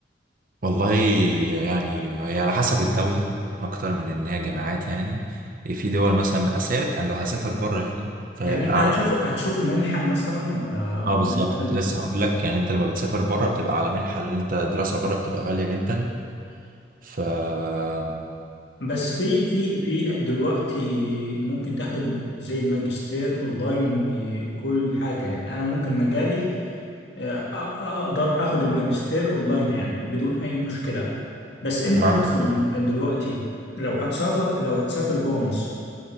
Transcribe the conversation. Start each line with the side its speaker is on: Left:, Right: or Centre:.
Right: والله يعني هي على حسب الدولة أكتر من إن هي جامعات يعني في دول مثلا أسافر يعني لو هسافر بره يعني فهيبقى
Left: يعني انت هتشوف
Right: على
Left: هتشوف منحة مثلا ولا ولا
Right: اه بالظبط
Left: انت
Right: كنت لسه هقول لك يعني أنت لما بتسافر بره بتبقى على منحة لأن أنت الدراسة بره بتبقى غالية جدا ف اه
Left: بس في في في دلوقتي ممكن تاخد زي الماجستير اونلاين وكل حاجه يعني انا ممكن مجالي آه، أ- أ- اقدر اخد الماجستير اونلاين يعني بدون اي مشكله بس انت
Right: مع
Left: مثلا دلوقتي لو هتسافر لو هتسافر جوه مصر